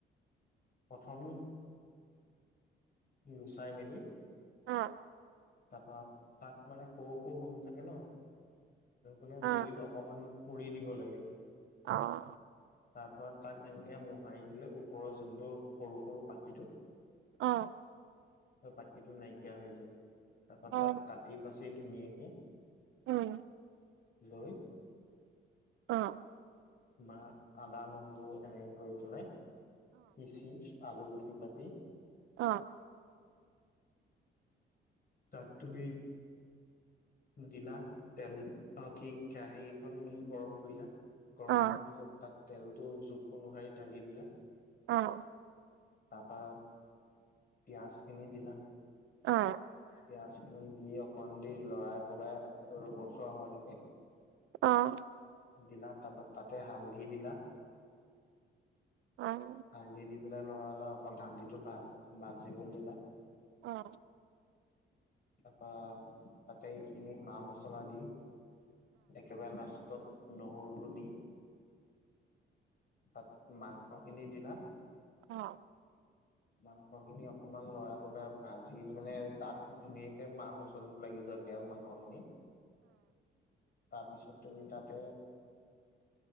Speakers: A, on the left (about 50°); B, on the right (about 80°).
A: প্ৰথম, গুচাই মেলি
B: অহ।
A: তাৰপৰা, তাত মানে সৰু সৰু নোম থাকে ন'। মানে
B: অ',
A: জুইত অকমান পুৰি দিব লাগে।
B: অহ।
A: তাৰপৰা তাক এনেকে মোহাৰি দিলে, ওপৰৰ যোনটো সৰু সৰু পাখিটো
B: অহ।
A: পাখিটো নাইকিয়া হৈ যায়, তাৰপৰা
B: অ
A: তাক কাটি বাচি ধুনীয়াকে
B: উম।
A: লৈ
B: অহ।
A: বা আদা নহৰু এনেকে কৰি পেলাই পিচি আলু দুটোকুৰ কাতি
B: অহ।
A: তাত তুমি দিলা, তেল, অ' কি? কেৰাহিখন গৰম কৰিলা। গৰম
B: অ',
A: হোৱাৰ পিছত, তাত তেলটো জোখ অনুসৰি ঢালি দিলা।
B: অহ।
A: তাৰাপা পিয়াজ খিনি দিলা।
B: অহ।
A: পিয়াঁজ খিনি দি অকণ দেৰি লৰাই পকাই ৰঙচুৱা হোৱালৈকে
B: অহ।
A: দিলা, তাৰপৰা তাতেই হালধি দিলা।
B: অহ।
A: হালধি দি পেলাই লৰালা অকন ধালিটো ভাজ, ভাজিব দিলা।
B: অহ।
A: তাৰপা তাতেই এইখিনি মা-মচলা দি একেবাৰে লাষ্টত নহৰুটো দি তাত মাংস খিনি দিলা।
B: অ'।
A: মাংস খিনি অকমান লৰাই লগৰা ভাজি মানে গত ধুনীয়াকে মাহ মচলত লাগি যায়। মাংসখিনি তাৰপিছত তুমি তাতে